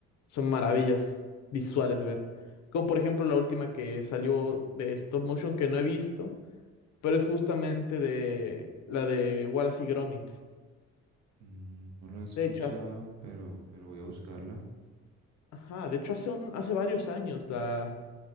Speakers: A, on the left; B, on the right.
A: son maravillas visuales de ver. Como por ejemplo la última que salió de stop motion que no he visto, pero es justamente de la de Wallace y Gromit.
B: Mm, No la he escuchado,
A: De hecho,
B: pero, pero voy a buscarla.
A: Ajá, de hecho hace, un- hace varios años la,